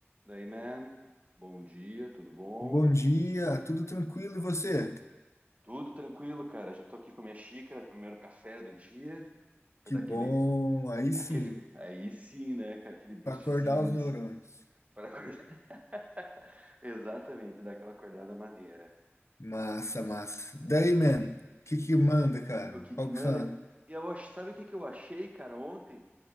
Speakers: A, on the right (about 30°); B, on the left (about 85°).
A: Daí, man, bom dia, tudo bom?
B: Bom dia, tudo tranquilo e você?
A: Tudo tranquilo, cara. Já tô aqui com a minha xícara, primeiro café do dia, pra
B: Que
A: dar
B: bom,
A: aquele,
B: aí sim,
A: aquele, aí sim, né, cara, aquele boostzinho
B: para acordar os
A: inicial
B: neurônios.
A: para acordar. <laughs> Exatamente, dar aquela acordada maneira.
B: Massa, massa. Daí, man, que que manda, cara?
A: O que
B: Qual
A: que manda?
B: que são?
A: E eu ach- sabe o que que eu achei, cara, ontem?